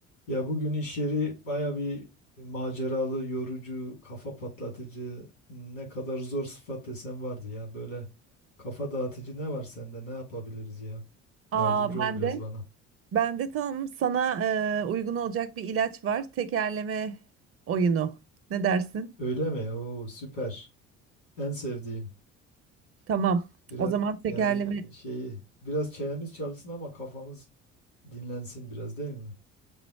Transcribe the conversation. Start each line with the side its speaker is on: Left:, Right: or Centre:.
Left: Ya bugün iş yeri baya bir maceralı, yorucu, kafa patlatıcı, ne kadar zor sıfat desen vardı ya. Böyle kafa dağıtıcı ne var sende? Ne yapabiliriz ya?
Right: Aa
Left: Yardımcı
Right: ben
Left: ol biraz
Right: de
Left: bana.
Right: ben de tam sana e, uygun olacak bir ilaç var. Tekerleme oyunu. Ne dersin?
Left: Öyle mi? Oo süper. En sevdiğim.
Right: Tamam.
Left: Biraz
Right: O zaman tekerleme.
Left: yani
Right: <laughs>
Left: şeyi biraz çenemiz çalsın ama kafamız dinlensin biraz değil mi?